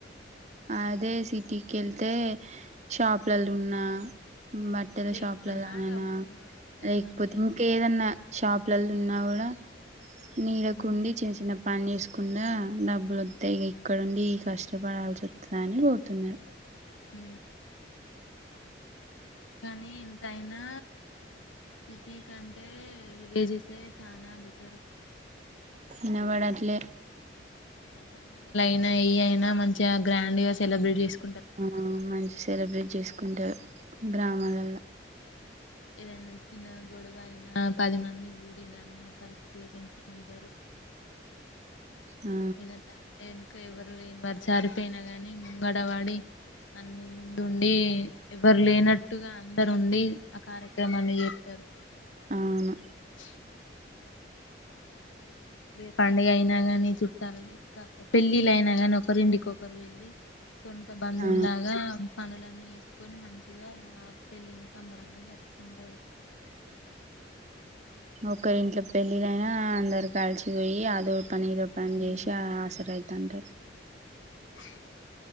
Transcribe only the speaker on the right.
అదే సిటీకి వెళ్తే షాప్లలో ఉన్నా బట్టల
షాప్లోనైనా
లేకపోతే
ఇంక ఏదన్నా షాప్ పిల్లలు ఉన్నా కూడా నీడకుండి
చిన్న చిన్న పని చేేసుకుండా డబ్బులు వస్తాయి ఇక ఇక్కడండి ఈ కష్టపడాల్సి వస్తుందని పోతున్నారు
వినబడట్లే
ఆ మంచి సెలబ్రేట్ చేసుకుంటారు గ్రామాలల్లో
ఆ
ఆవును
ఆ
ఒకరి ఇంట్లో పెళ్ళిలైనా అందరు కలిసిపోయి అదో పని ఇ ర పని
చేసిన ఆసర అయి తాంటె